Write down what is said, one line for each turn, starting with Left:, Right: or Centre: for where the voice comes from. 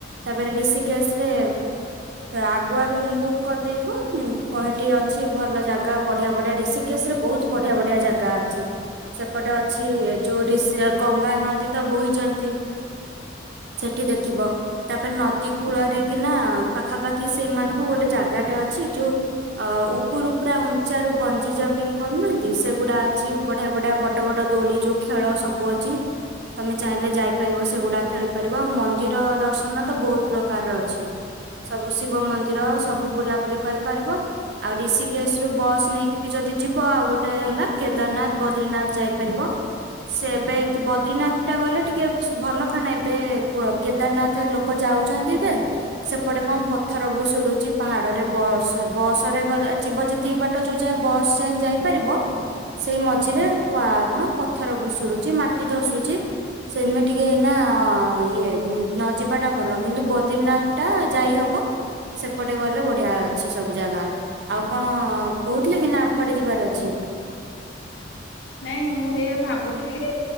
Right: ତାପରେ ଋଷିକେଶ ରେ ଆଗୁଆ ରୁମ ବକ୍ କରିଦେଇଥିବ କହେଠି ଅଛି ଭଲ ଜାଗା ବଢିଆ ବଢିଆ ଋଷିକେଶ ରେ ବହୁତ ବଢିଆ ବଢିଆ ଜାଗା ଅଛି ସେପଟେ ଅଛି ଯୋଉଷି ଗଙ୍ଗା ନଦୀ ତ ବୋହିଛନ୍ତି ସେଠି ଦେଖିବ ତାପରେ ନଦୀ କୂଳରେ କି ନା ପାଖାପାଖି ସେଇମାନଙ୍କୁ ଗୋଟେ ଜାଗା ଜାଗାଟେ ଅଛି ଯୋଉ ଅ ଉପରୁ ପୁରା ଉଞ୍ଚ ରୁ ବଞ୍ଜି ଜପିଙ୍ଗ କରୁନାହାନ୍ତି ସେଗୁଡା ଅଛି ବଢିଆ ବଢିଆ ବଡ ବଡ ଦୋଳି ଯୋଉ ଖେଳ ସବୁ ଅଛି ତମେ ଚାହିଁଲେ ଯାଇପାରିବ ସେଗୁଡା ଖେଳିପାରିବ ଆଉ ମନ୍ଦିର ଦର୍ଶନ ତ ବହୁତ ପ୍ରକାରର ଅଛି ସବୁ ଶିବ ମନ୍ଦିର ସବୁ ସବୁ ବୁଲାବୁଲି କରିପାରିବ ଆଉ ଋଷିକେଶ ରୁ ବସ୍ ନେଇକି ବି ଯଦି ଯିବ ଆଉ ଗୋଟେ ହେଲା କେଦାରନାଥ ବଦ୍ରୀିନାଥ ଯାଇପାରିବ ସେ ଏବେ ବଦ୍ରିନାଥ ଟା ଗଲେ ଟିକେ ଭଲ କାରଣ ଏବେ କୁହ କେଦାରନାଥ ଲୋକ ଯାଉଛନ୍ତି ଯେ ସେପଟେ କଣ ପଥର ବି ପଡୁଛି। ପାହାଡରେ ବସ ବସ ରେ ଗଲେ ଯିବ ଯେିତିକ ବାଟ ଯୋଉ ଯାଏ ବସ ଯାଏ ଯାଇପାରିବ ସେଇ ମଝିରେ କଣ ପଥର ଭୁଷୁଡୁଛି ମାଟି ଧସୁଛି ସେମତି ଟିକେ ଏଇନା ଇଏ ନ ଯିବାଟା ଭଲ କିନ୍ତୁ ବଦ୍ରନାଥ ଟା ଯାଇହବ ସେ ଏପଟେ ଗଲେ ବଢିଆ ଅଛି ସବୁ ଜାଗା ଆଉ କଣ କହୁଥିଲେ କି ନା କୁଆଡେ ଯିବାର ଅଛି।
Left: ନାଇଁ ମୁଁ ସେଇ ଭାବୁଥିଲି